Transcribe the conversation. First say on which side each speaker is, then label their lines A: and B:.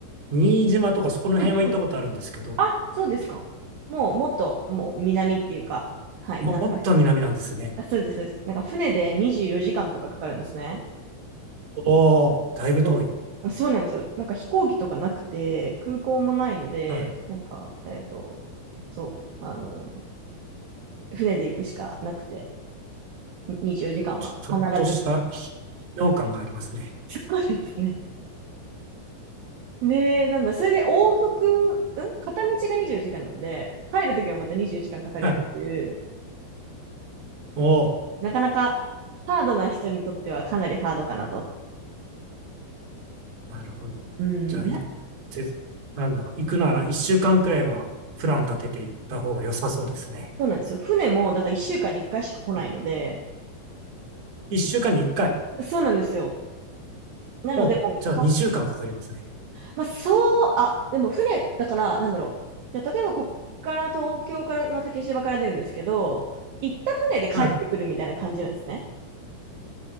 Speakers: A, on the right; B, on the right.
A: 新島とかそこの辺は行ったことあるんですけど、
B: うんあ、そうですか。もう、もっと、もう、南っていうか、はい、
A: もっと南なんですね。
B: 南下したところ。あ、そうです、そうです。なんか、船で24時間とかかかるんですね。
A: おお、だいぶ遠い。
B: そう。そうなんですよ。なんか、飛行機とかなくて、空港もないので、
A: はい。
B: なんか、えっと、そう、あの、船で行くしかなくて、24時間は必ず。
A: ちょっとした秘境感がありますね。
B: そうですね。で、なんだ、それで往復、うん片道が24時間なんで、帰るときはまた24時間かんかかるっていう、
A: はい。おお、
B: なかなかハードな人にとってはかなりハードかなと。
A: なるほど。
B: うん、
A: じゃあ、い、
B: な
A: ぜ、なんだろう、行くなら1週間くらいはプラン立てていった方が良さそうですね。
B: そうなんですよ。船も、だから1週間に1回しか来ないので、
A: 1週間に1回。
B: そうなんですよ。なので、
A: お、
B: もうか、
A: じゃあ2週間かんかかりますね。
B: まあ、そう、あ、でも船、だから、なんだろう。じゃあ、例えば、こっから、東京からの竹芝から出るんですけど、行った船で帰ってくるみたいな感じなんですね。
A: はい。